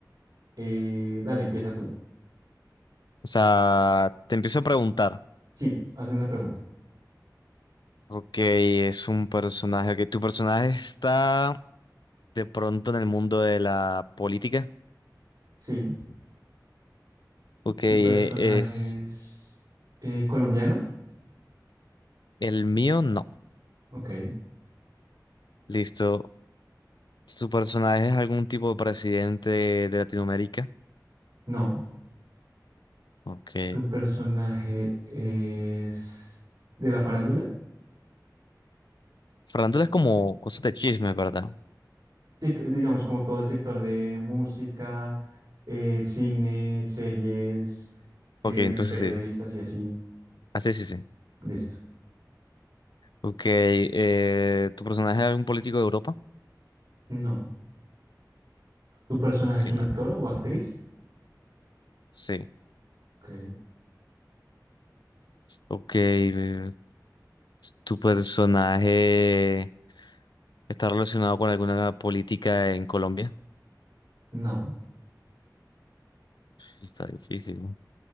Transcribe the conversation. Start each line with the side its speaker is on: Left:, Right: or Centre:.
Right: Eh, dale, empieza tú.
Left: O sea, te empiezo a preguntar.
Right: Sí, hazme la pregunta.
Left: Ok, es un personaje. Ok, ¿tu personaje está de pronto en el mundo de la política?
Right: Sí,
Left: Ok,
Right: ¿Tu
Left: eh,
Right: personaje
Left: ¿es
Right: es eh, colombiano?
Left: el mío? No.
Right: Ok.
Left: Listo. ¿Su personaje es algún tipo de presidente de Latinoamérica?
Right: No.
Left: Ok.
Right: ¿Tu personaje es de la farándula?
Left: Fernando es como cosas de chisme, ¿verdad?
Right: Sí, que- digamos, como todo el sector de música, eh, cine, series, eh,
Left: Ok, entonces
Right: periodistas
Left: sí.
Right: y así.
Left: Así sí, sí.
Right: Listo.
Left: Ok, eh, ¿tu personaje es algún político de Europa?
Right: No. ¿Tu personaje
Left: Ok,
Right: es un actor o actriz?
Left: sí.
Right: Ok.
Left: Ok, eh, ¿tu personaje está relacionado con alguna política en Colombia?
Right: No.
Left: Está difícil. ¿no?